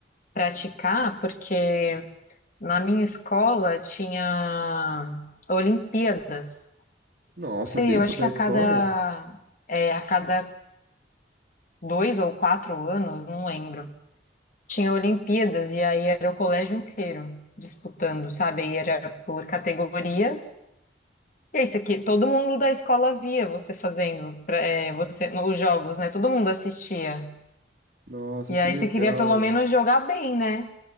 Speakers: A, on the left (about 45°); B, on the right (about 50°).
A: praticar, porque na minha escola tinha Olimpíadas.
B: Nossa,
A: Não sei,
B: dentro
A: eu acho
B: da
A: que a
B: escola?
A: cada, é, a cada dois ou quatro anos, não lembro. Tinha Olimpíadas e aí era o colégio inteiro disputando, sabe? Aí era por categorias. E é isso aqui, todo mundo da escola via você fazendo pra- é, você, no- os jogos, né? Todo mundo assistia.
B: Nossa,
A: E
B: que
A: aí
B: legal.
A: você queria pelo menos jogar bem, né?